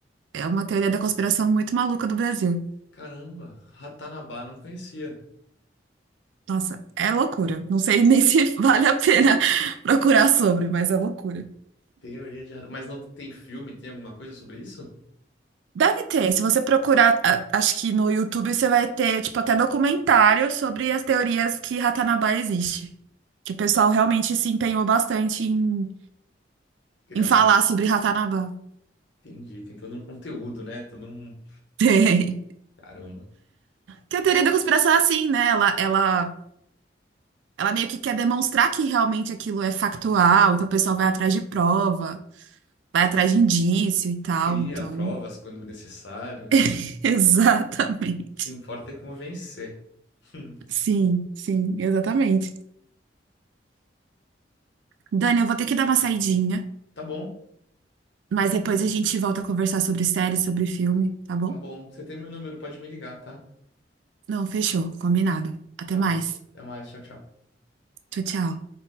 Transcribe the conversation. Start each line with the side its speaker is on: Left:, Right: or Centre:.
Right: é uma teoria da conspiração muito maluca do Brasil.
Left: Caramba, Ratanabá, não conhecia.
Right: Nossa, é loucura. Não sei nem <laughs> se vale a pena <laughs> procurar sobre, mas é loucura.
Left: Teoria de radar. Mas não tem filme, tem alguma coisa sobre isso?
Right: Deve ter. Se você procurar, a- acho que no YouTube você vai ter, tipo, até documentário sobre as teorias que Ratanabá existe. Que o pessoal realmente se empenhou bastante em
Left: Criar
Right: em falar
Left: uma. his-
Right: sobre Ratanabá. <laughs>
Left: Entendi, tem todo um conteúdo, né? Todo um.
Right: Tem.
Left: Caramba.
Right: Que a teoria da conspiração é assim, né? Ela, ela, ela meio que quer demonstrar que realmente aquilo é factual, então o pessoal vai atrás de prova, vai atrás de indício e tal.
Left: Cria
Right: Então,
Left: provas quando necessário, né?
Right: <laughs> exatamente.
Left: O que importa é convencer. <laughs>
Right: Sim, sim, exatamente. Dani, eu vou
Left: Interessante.
Right: ter que dar uma saidinha,
Left: Tá bom,
Right: mas
Left: tranquilo.
Right: depois a gente volta a conversar sobre série, sobre filme, tá bom?
Left: Tá bom. Você tem meu número, pode me ligar, tá?
Right: Não, fechou, combinado. Até
Left: Tá
Right: mais.
Left: bom. Até mais, tchau, tchau.
Right: Tchau, tchau.